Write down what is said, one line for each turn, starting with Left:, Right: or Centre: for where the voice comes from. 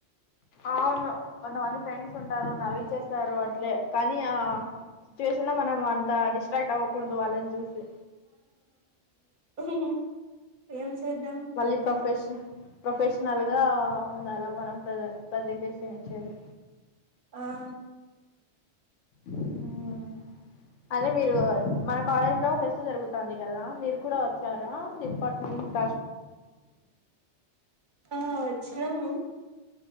Left: అవును కొంతమంది ఫ్రెండ్స్ ఉంటారు నవ్వి చేస్తారు అట్లే కానీ ఆ సిచ్యువేషన్ లో మనం అంత డిస్ట్రాక్ట్ అవ్వకూడదు వాళ్ళని చూసి
Right: ఉ ఏం చేద్దాం
Left: మళ్ళీ ప్రొఫెష ప్రొఫెషనల్ గా ఉండాలా మనం ప్ర ప్రెజెంటేషన్ ఇచ్చేది
Right: హుమ్
Left: హుమ్ అదే మీరు మా కాలేజ్ లో ఫెస్ట్ జరుగుతాంది కదా మీరు కూడా వచ్చారా డిపార్ట్మెంట్
Right: ఆ వచ్చినము